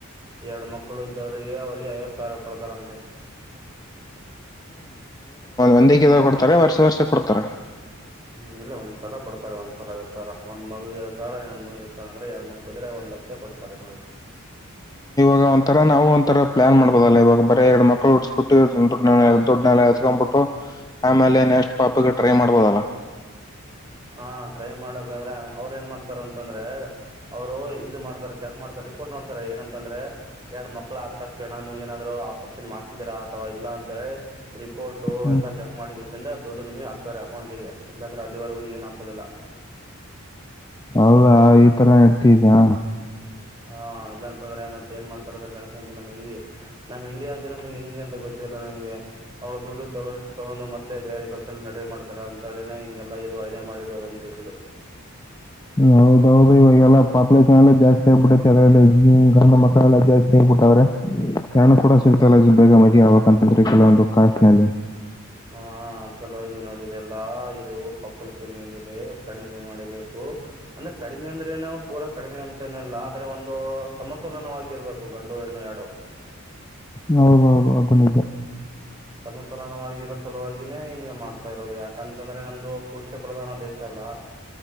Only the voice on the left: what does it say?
ಒಂದ ಕೊಡ್ತಾರೆ ವರ್ಷ ವರ್ಷ ಕೊಡ್ತಾರ
ಈ ಒಂಥರ ನಾವು ಒಂಂತರ ಪ್ಲಾನ್ ಮಾಡ್ಬೋದಲ್ಲ ಇವಾಗ ಬರ ಎರಡು ಮಕ್ಳು ಉಡಸ್ಬಿಟ್ಟುದುಡ್ನೆ ದುಡ್ನೆೆಲೆ ಹತ್ಕೊಂಡ್ಬಿಟ್ಟು ಆಮೇಲೆ ನೆಕ್ಸ್ಟ್ ಪಾಪಗೆ ಟ್ರೈ ಮಾಡ್ಬೋದಲ್ಲ
ಹ್ಮ್
ಹೌದಾ ಈ ತರ ಇಡ್ತಿದಯ
ಹೌದೌದು ಇವಾಗೆಲ್ಲ ಪಾಪುಲೇಷನ್ ಎಲ್ಲ ಜಾಸ್ತಿ ಆಗಗ್ಬಿಟ್ಟೈತಿ ಅದ ಗಂಡಧ ಮಕ್ಕಳೆಲ್ಲಾ ಜಾಸ್ತಿ ಆಗಿಬಿಟ್ಟಾವ್ರೆ ಹಣ್ಣು ಕೂಡ ಸಿಗ್ತಲ್ಲ ಬೇಗ ಮದ್ ಆಗ್ಬೇಕ ಅಂತಂದ್ರ ಕೆಲವೊಂದು ಕಾಸ್ಟ್ ನಲ್ಲಿ
ಹೌದೌದು ಅದು ನಿಜ